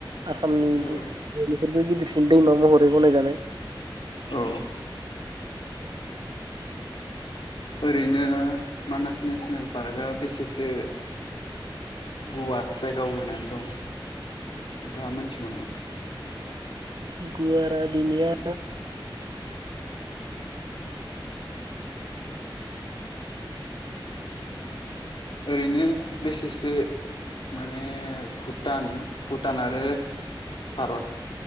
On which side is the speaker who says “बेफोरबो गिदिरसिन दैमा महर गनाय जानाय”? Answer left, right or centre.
Right